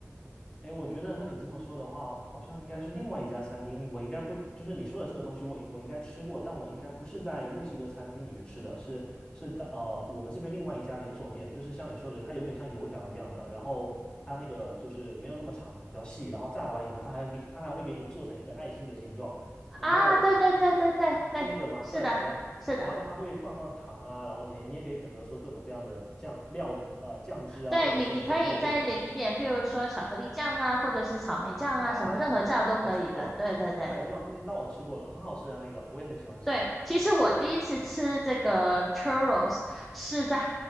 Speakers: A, on the left; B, in the centre.
A: 哎，我觉得那你这么说的话，好像应该是另外一家餐厅。我应该不，就是你说的这个东西我，我应该吃过，但我应该不是在墨西哥餐厅里面吃的，是是的，呃，我们这边另外一家连锁店，就是像你说的，它有点像油条一样的，然后它那个就是没有那么长，比较细，然后炸完以后，它还给它还会给你做成一个爱心的形状，然后
B: 啊！对对对对对对，
A: 是那个吗？
B: 是的，
A: 对，然然后它会放上糖啊，
B: 是的。
A: 然后你你也可以选择说各种各样的酱料，呃，酱汁啊，
B: 对你，
A: 或者是说你说的肉桂粉。
B: 你可以再淋一点，譬如说巧克力酱啊，或者是草莓酱啊，
A: 啊，
B: 什么任何酱都可以的。
A: 我吃过，
B: 对对对。
A: 对，那那我吃过了，很好吃啊，那个我也很喜欢吃
B: 对，其实我第一次吃这个 churros 是在